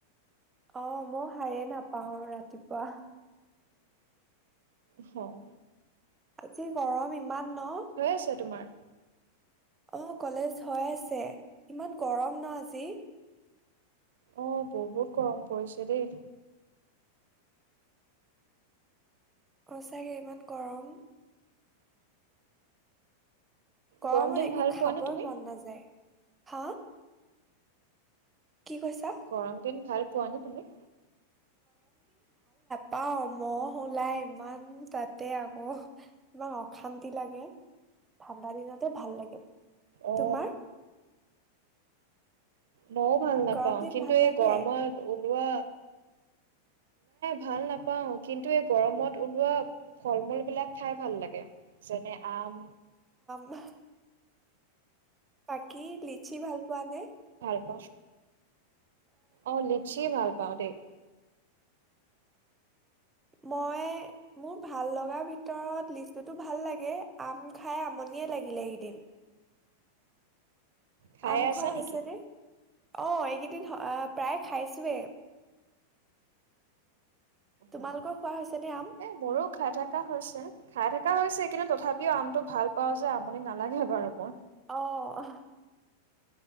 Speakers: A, on the right; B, on the right.
A: অ মই শায়ে নাপাও ৰাতিপুৱা
B: হয়
A: ত আজি গৰম ইমান ন
B: আছে তোমাৰ?
A: অ কলেজ হৈ আছে ইমান গৰম ন আজি
B: আহ বহুত গৰম পৰিছো দেই
A: অ চাগে ইমান গৰম গৰমত
B: গৰম দিন
A: একো
B: ভাল
A: খাবই
B: পোৱা নে তুমি?
A: মন নাযায় হা কি কৈছা?
B: গৰম দিন ভাল যোৱা ন তুমি
A: পাও মহ ওলাই ইমান তাতে আকৌ ইমান অশান্তি লাগে ঠাণ্ডা দিনতে ভাল লাগে
B: অ
A: তোমাৰ
B: মইও ভাল নাপাও
A: গৰম দিন
B: কিন্তু
A: ভাল
B: এই
A: লাগে
B: গৰমত মই ভাল নাপাওঁ কিন্তু এই গৰমত ওলোৱা ফল মূল বিলাক খাই ভাল লাগে। যেনে আম
A: বাহ। বাকী লিচি ভাল পোৱা নে?
B: অফ। অ', লিচি ভাল পাওঁ দেই।
A: মই মোৰ ভাল লগা। ভিতৰত লিচুতো ভাল লাগে আম খাই আমনিয়ে লাগিলে এইকেইদিন।
B: খাই
A: আম
B: আছা
A: খোৱা
B: নেকি?
A: হৈছে নে? অ', এইকেইদিন আহ প্ৰায় খাইছোৱে। তোমালোকৰ
B: এ,
A: খোৱা হৈছেনে আম?
B: মোৰো খাই থকা হৈছে খাই থকা হৈছে। কিন্তু তথাপিও আমটো ভাল পাওঁ যে আমুনি নালাগে বাৰু মোৰ।
A: অ'।